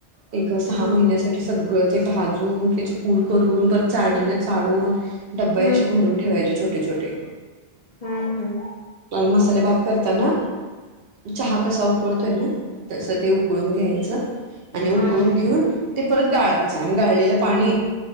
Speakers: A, on the right (about 65°); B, on the left (about 55°).
A: एक
B: हम्म
A: सहा महिन्यासाठी सग् सगळं ते भाजून त्याची पूड करून परत चाळणीन चाळून डब्बा
B: हम्म
A: असे भरून ठेवायचे छोटे छोटे
B: हम्म हम्म
A: मसाले भात करताना. चहा कसा उकळतोय ना तसं ते उकळून घ्यायचं. आणि उकळून
B: हम्म
A: घेऊन ते परत गाळायचं. आणि गाळलेलं पाणी